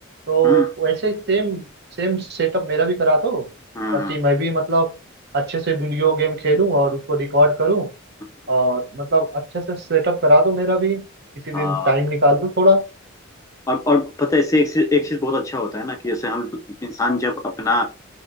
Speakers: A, on the right; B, on the left.
A: तो
B: हम्म
A: वैसे ही सेम सेम सेटअप मेरा भी करा दो
B: हम्म
A: ताकि
B: हम्म,
A: मैं भी मतलब अच्छे से वीडियो गेम खेलूं और उसको रिकॉर्ड करूं
B: हम्म।
A: और मतलब अच्छे से सेटअप करा दो मेरा भी किसी दिन
B: हाँ
A: टाइम निकाल दो थोड़ा
B: और और पता है इससे एक चीज एक चीज बहुत अच्छा होता है ना कि जैसे हम इंसान जब अपना